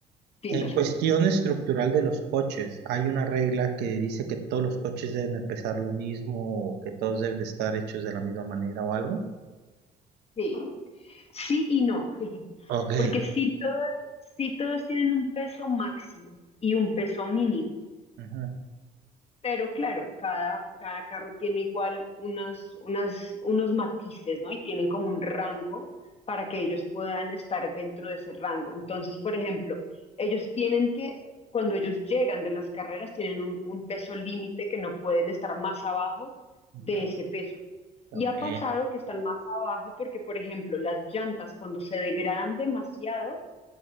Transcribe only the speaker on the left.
dímelo.
Sí, sí y no, <laughs>
porque sí todos, sí todos tienen un peso máximo y un peso mínimo.
Pero claro, cada, cada carro tiene igual unas, unas, unos matices, ¿no? Y tienen como un rango para que ellos puedan estar dentro de ese rango. Entonces, por ejemplo, ellos tienen que, cuando ellos llegan de las carreras, tienen un, un peso límite que no pueden estar más abajo
de ese peso.
Y ha pasado que están más abajo porque, por ejemplo, las llantas cuando se degradan demasiado,